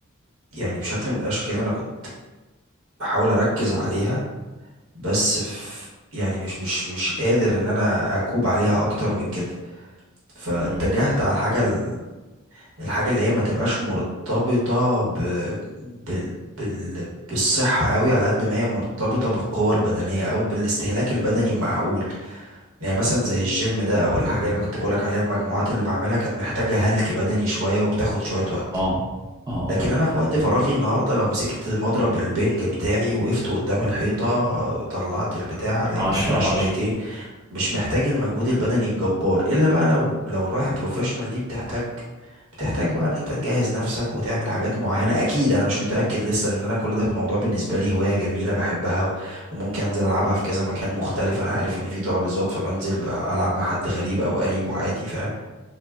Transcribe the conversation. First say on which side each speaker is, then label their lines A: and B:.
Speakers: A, on the right (about 85°); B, on the right (about 20°).
A: يعني بشكل من الاشكال انا كنت بحاول اركز عليها بس في يعني مش مش مش قادر ان انا اكوب عليها اكتر من كده فاتجهت
B: مم.
A: على الحاجه ال- الحاجه اللي هي ما تبقاش مرتبطه ب... بال... بال... بالصحه قوي على قد ما هي مرتبطه بالقوه البدنيه او بالاستهلاك البدني المعقول يعني مثلا زي الجيم ده او الحاجه اللي انا كنت بقولك عليها المجموعات اللي بعملها كانت محتاجه هلك بدني شويه وبتاخد شويه وقت
B: اه اه
A: لكن
B: اه
A: انا في وقت
B: و-
A: فراغي النهارده لو مسكت مضرب البنج بتاعي وقفت قدام الحيطه طلعت البتاع لعبت
B: عشرة
A: بيها
B: على
A: شويتين
B: عشرة
A: مش محتاج المجهود البدني الجبار الا بقى لو لو رايح بروفيشنال دي بتحتاج بتحتاج بقى ان انت تجهز نفسك وتعمل حاجات معينة اكيد انا مش متأكد لسه لان انا كل ده الموضوع بالنسبة لي هواية جميلة بحبها و- وممكن انزل العبها في كذا مكان مختلف انا عارف ان في ترابيزات فبنزل بقى العب مع حد غريب او قريب وعادي فاهم